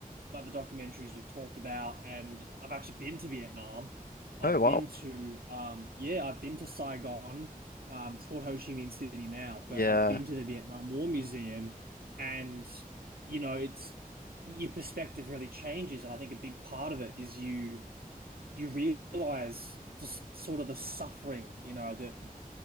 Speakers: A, on the right (about 85°); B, on the left (about 80°).
A: like the documentaries we've talked about, and I've actually been to Vietnam. I've
B: Oh wow.
A: been to um yeah, I've been to Saigon. Um, it's called Ho Chi Minh City now,
B: Yeah,
A: but I've been to the Vietnam War Museum, and you know, it's your perspective really changes, and I think a big part of it is you you realize just sort of the suffering, you know, that